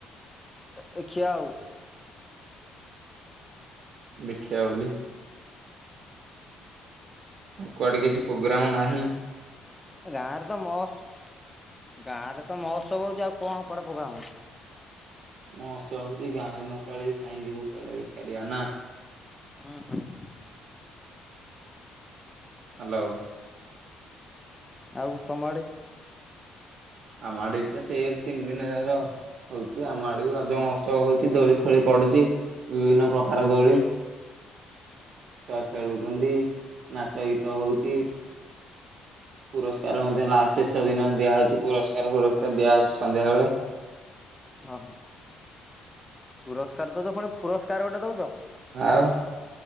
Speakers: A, on the left (about 15°); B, on the right (about 70°).
A: ଦେଖିଆ ଆଉ।
B: ଦେଖିବା ବୋଲି। କୁଆଡେ
A: ଯଦି
B: କିଛି ପ୍ରୋଗ୍ରାମ ନାହିଁ?
A: ଗାଁରେ ତ ମହୋତ୍ସ ଗାଁରେ ତ ମହୋତ୍ସବ ହଉଛି ଆଉ କଣ କୁଆଡେ ପୋଗ୍ରାମ।
B: ମହୋତ୍ସବ ହଉଛିି ଗାଁରେ ନପାଳିକି କାହିଁ ଯିବୁ କୁଆଡେ ବେକାରିଆ ନା?
A: ହଁ ହଁ।
B: ହ୍ୟାଲୋ।
A: ଆଉ ତମ ଆଡେ।
B: ଆଁ ମା ରତ ସେଲସ ତିନ ଦିନ ଯାକ। ହଉଛି ଆମ ଆଡେ ବି ରଜ ମହୋତ୍ସବ ହଉଛି ଦୋଳି ଫୋଳି ପଡୁଛି ବିଭିନ୍ନ ପ୍ରକାର ଦୋଳି। ଛୁଆ ଖେଳୁଛନ୍ତି, ନାଚ ଗୀତ ହଉଛି। ପୁରସ୍କାର ମଧ୍ୟ ଲାଷ୍ଟ ଶେଷ ଦିନ ଦିଆହଉଛି ପୁରସ୍କାର ଫୁରସ୍କାର ଦିଆହଉଛି ସନ୍ଧ୍ୟାବେେଳେ।
A: ଓ ହୋ। ପୁରସ୍କାର ଦଉଚ ପୁଣି ଫୁରସ୍କାର ଗୋଟେ ଦଉଛ।
B: ଆଉ